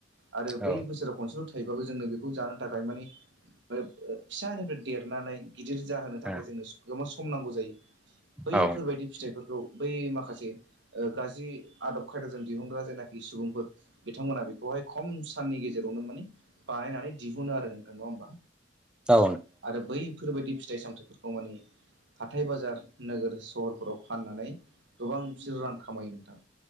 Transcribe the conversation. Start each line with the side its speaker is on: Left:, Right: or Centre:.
Right: आरो बै
Centre: औ
Right: बोसोराव खनसेल' थ थैबाबो जोंनो बेखौ जानो थाखाय मानि फिसानिफ्राय देरनानै गिदिर जाहोनो
Centre: नोंथां
Right: थाखाय जोंनो गोबां सम नांगौ जायो बैफोरबायदि
Centre: औ
Right: फिथाइफोरखौ बै माखासे गाज्रि आदब खायदाजों दिहुनग्रा जायनाखि सुबुंफोर बिथांमोना बेखौहाय खम साननि गेजेरावनो मान बानायनानै दिहुन आरो नोंथा होमबा?
Centre: औ नोंथां औ
Right: आरो बैफोर बायदि फिथाइ सामथायाइफोरखौ माने हाथाय बाजार नोगोर सहरफोराव फाननानै गोबां बिसोर रां खामायो नोंथां।